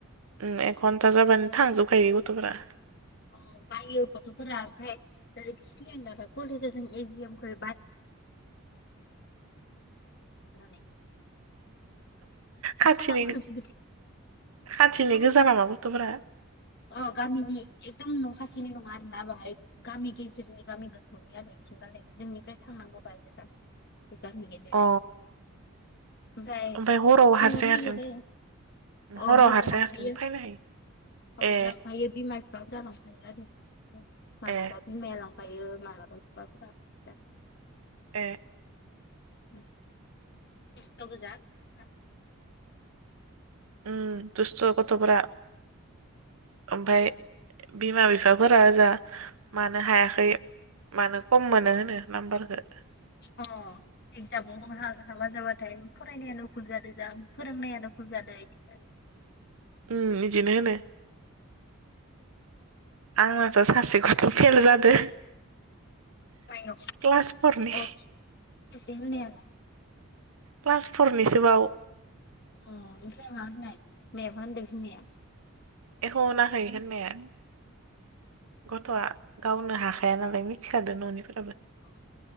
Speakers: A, on the right; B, on the left.
A: उम एक घन्टा जाबानो थांजोबखायो गथ'फोरा
B: अ बायो गथ'फोरा ओमफ्राय सिगांनियाथ कलेजाव जों एजिएमखौ <unintelligible>
A: खाथिनिनो
B: खालामहोजोबबाय
A: खाथिनि
B: खालामो
A: गोजा नामा गथ'फोरा?
B: अ गामिनि एकदम न' खाथिनि नङा आरोना बाहाय गामि गेजेरनि गामि गोथौनि आरो बिथिंगालै जोंनिफ्राय थांनांगौ बाहाय गोजान गामि गेजेरनि
A: अ
B: ओमफ्राय
A: ओमफाय हराव
B: थांनो
A: हारसिं
B: नागिरो
A: हारसिं
B: अ
A: हराव
B: हर
A: हारसिं
B: लांफायो
A: हारसिं फायनो हायो?
B: अ
A: ए
B: लांफायो बिमा बिफ्राबो लांफायो आरो माबाला
A: ए
B: बिमाया लां फायो मालाबा <unintelligible>
A: ए
B: <inaudible> दुस्थ' गोजा गथ'फ्रा
A: उम दुस्थ' गथ'फोरा ओमफाय बिमा बिफाफोरा ओजा मानो हायाखै मानो खम मोनो होनो नाम्बारखो
B: अ एक्जामाव होनो <unintelligible> जाबाथाय फरायनायानो भुल जादो जां फोरोंनायानो भुल जादो इदि होननानै
A: उम इदिनो होनो आंनाथ' सासे गथ' फेल जादो।
B: माइयाव
A: क्लास फरनि
B: अ खेबसे होनायालाय
A: क्लास फरनिसोबाव
B: अ ओमफ्राय मा होनाय मायाबा होनदो बिमाया
A: एख' होनाखै होननाया गथ'आ गावनो हाखाया नालाय मिथिखादो न'निफोराबो
B: अ